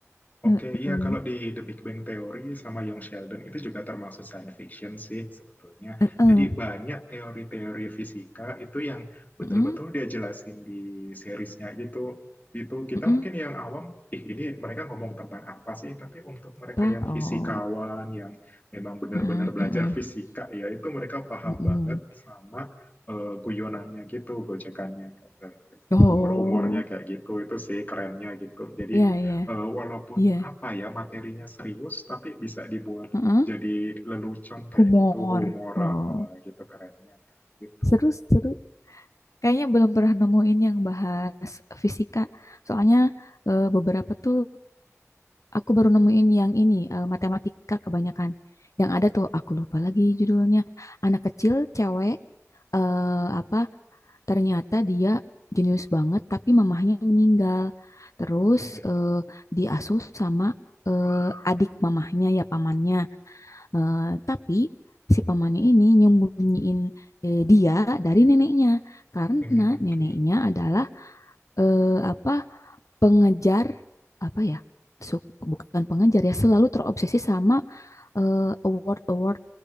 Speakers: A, on the left; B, on the left.
A: Heeh,
B: Oke, iya
A: heeh,
B: kalau di The Big Bang Theory sama Young Sheldon itu juga termasuk science fiction sih sebetulnya.
A: heeh,
B: Jadi banyak teori-teori fisika itu yang betul-betul
A: heeh,
B: dia jelasin di seriesnya gitu. Itu kita
A: heeh.
B: mungkin yang awam, ih ini mereka ngomong tentang apa sih? Tapi untuk mereka
A: apa
B: yang fisikawan,
A: oh
B: yang memang benar-benar
A: heeh,
B: belajar
A: heeh,
B: fisika ya, itu mereka paham
A: heeh.
B: banget sama eh, guyonannya gitu, gojekannya, eh,
A: oh
B: humor-humornya kayak gitu. Itu sih kerennya gitu. Jadi
A: ya ya
B: eh, walaupun
A: iya
B: apa ya materinya serius tapi bisa dibuat
A: Heeh,
B: jadi lelucon kayak
A: humor
B: gitu humor
A: oh
B: eh, gitu kerennya gitu.
A: seru seru kayaknya belum pernah nemuin yang bahas fisika soalnya eh, beberapa tuh Aku baru nemuin yang ini, eh, matematika kebanyakan. Yang ada tuh, aku lupa lagi judulnya. Anak kecil, cewek, eh, apa, ternyata dia jenius banget, tapi mamahnya meninggal. Terus
B: Mm-mm.
A: eh, diasuh sama eh, adik mamahnya, ya pamannya. Eh, tapi si pamannya ini nyembunyiin eh, dia dari neneknya. Karena
B: Mm, Oke.
A: neneknya adalah eh, apa pengejar apa ya su- bukan pengejar ya selalu terobsesi sama eh, award-award